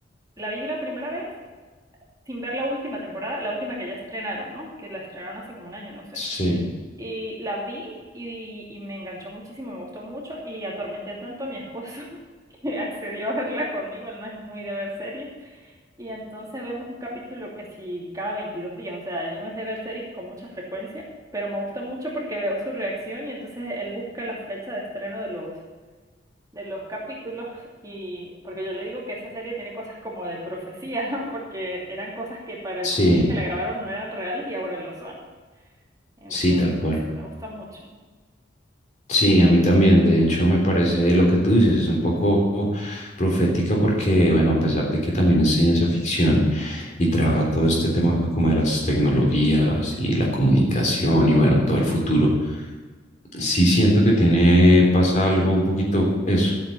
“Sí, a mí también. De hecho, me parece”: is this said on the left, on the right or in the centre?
Left